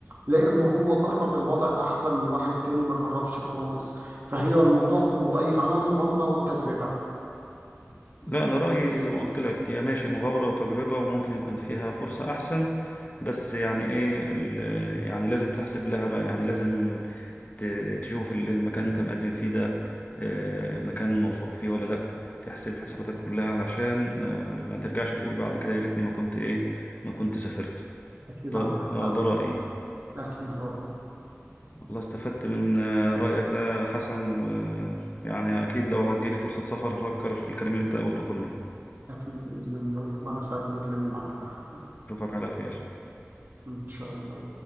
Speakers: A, on the right; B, on the left.
A: لأنه هو جرب الوضع أحسن من واحد تاني ما جربش خالص فهي الموضوع كله قايم على المغامرة والتجربة
B: لا أنا رأيي زي ما قلت لك هي ماشي مغامرة وتجربة وممكن يكون فيها فرصة أحسن بس يعني إيه ال- يعني لازم تحسب لها بقى يعني لازم ت- تشوف ال- المكان اللي أنت مقدم فيه ده آه، مكان موثوق فيه ولا لأ تحسب حساباتك كلها علشان آه، ما ترجعش تقول بعد كده يا ريتني ما كنت إيه ما كنت سافرت
A: أكيد
B: ده
A: عندك
B: آه،
A: حق
B: ده رأيي
A: أكيد برضه
B: والله استفدت من آه، رأيك ده حسن ويعني أكيد لو هتجيلي فرصة سفر هفكر في الكلام اللي أنت قلته كله
A: أكيد بإذن الله وأنا سعيد بكلامي معك تحت
B: أشوفك على خير
A: إن شاء الله